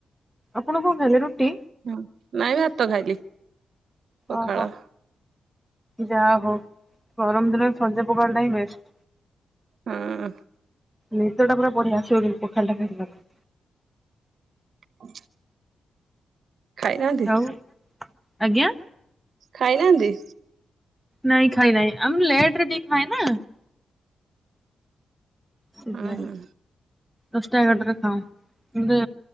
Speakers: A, in the centre; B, on the right.
A: ଆପଣ କଣ ଖାଇଲେ ରୁଟି?
B: ହଁ ନାଇଁ ଭାତ ଖାଇଲି ପଖାଳ
A: ଓହୋ ଯାହା ହଉ ଗରମ ଦିନରେ ସଜ ପଖାଳ ଟା ହିଁ ବେଷ୍ଟ।
B: ହଁ।
A: ନିଦଟା ପୁରା ବଢିଆ ଆସିଵ କିନ୍ତୁ ପଖାଳଟା ଖାଇସାରିଲା ପରେ।
B: <inaudible> ଖାଇନାହାନ୍ତି
A: ଆଉ ଆଜ୍ଞା।
B: ଖାଇନାହାନ୍ତି?
A: ନାଇଁ ଖାଇ ନାହିଁ ଆମେ ଲେଟ୍ ରେ ଟିକେ ଖାଏ ନା। ସେିଥି
B: ହଁ
A: ଲାଗି
B: ହଁ
A: ଦଶ ଟା ଏଗାର ଟାରେ ଖାଉ। ମୋତେ